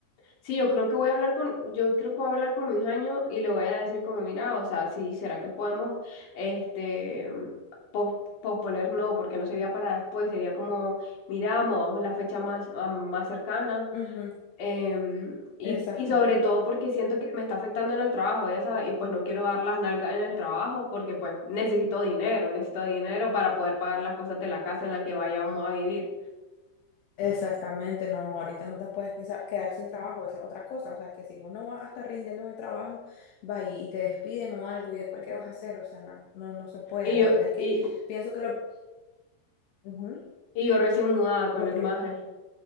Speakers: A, on the left (about 45°); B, on the left (about 70°).
A: Sí, yo creo que voy a hablar con, yo creo que voy a hablar con mi jaño y le voy a decir como, mira, o sea, sí, ¿será que podemos, este, pos- posponer? No, porque no sería para después, sería como, mira, movamos la fecha más, a- más cercana.
B: Ujú,
A: em, y,
B: exacto,
A: y sobre todo porque siento que me está afectando en el trabajo, ya sabes, y pues no quiero dar las nalgas en el trabajo porque pues necesito dinero, necesito dinero para poder pagar las cosas de la casa en la que vayamos a vivir.
B: exactamente, no, ahorita no te puedes quesa- quedar sin trabajo, esa es otra cosa. O sea, que si vos no vas a estar rindiendo en el trabajo, va y, y te despiden o algo, y después, ¿qué vas a hacer? O sea, no, no se puede.
A: Y
B: La
A: yo,
B: verdad es que
A: y,
B: pienso que lo... ujú,
A: y yo recién mudada con
B: lo
A: el
B: primero.
A: maje.